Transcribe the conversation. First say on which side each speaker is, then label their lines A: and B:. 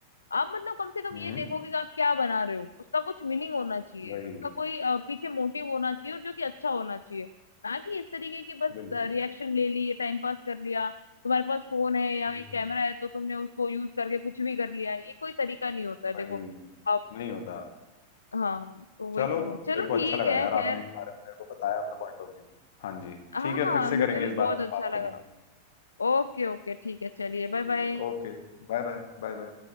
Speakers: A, on the left (about 75°); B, on the left (about 55°).
A: आप मतलब कम से कम
B: हम्म
A: ये देखो कि आप क्या बना रहे हो उसका कुछ मीनिंग होना चाहिए
B: वही
A: उसका कोई अ, पीछे मोटिव होना चाहिए और जो कि अच्छा होना चाहिए ना कि इस तरीके की बस
B: बिल्कुल
A: रिएक्शन ले ली टाइम पास कर लिया तुम्हारे पास फोन है या
B: हम्म
A: एक कैमरा है तो तुमने उसको यूज करके कुछ भी कर लिया ये कोई तरीका नहीं होता है देखो
B: वही
A: आप
B: नहीं होता
A: हाँ तो वही
B: चलो
A: चीज है चलो
B: मेरे को अच्छा
A: ठीक
B: लगा
A: है
B: यार आपने
A: खैर
B: इस बारे में मेरे को बताया अपना पॉइंट ऑफ व्यू हाँ जी
A: हाँ
B: ठीक है
A: हाँ
B: फिर
A: मुझे
B: से करेंगे
A: भी
B: इस
A: बहुत
B: बारे में
A: अच्छा
B: बात कभी
A: लगा ओके ओके ठीक है चलिए बाय
B: ठीक
A: बाय
B: है okay Bye bye bye bye